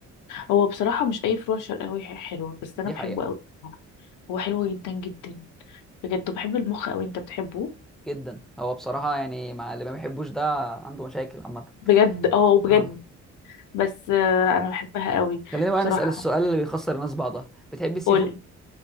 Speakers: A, on the left (about 80°); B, in the centre.
A: هو بصراحة مش اي فروع شرقاوي ح- حلوة بس انا
B: دي
A: بحبه
B: حقيقه
A: قوي هو حلو جدا جدا بجد وبحب المخ قوي انت بتحبه
B: جدا هو بصراحه يعني مع اللي ما بيحبوش ده عنده مشاكل عامه
A: بجد اه بجد
B: اه
A: بس آه، انا بحبها قوي
B: خلينا بقى
A: بصراحة
B: نسأل السؤال اللي بيخسر الناس بعضها بتحب السي
A: قول
B: فود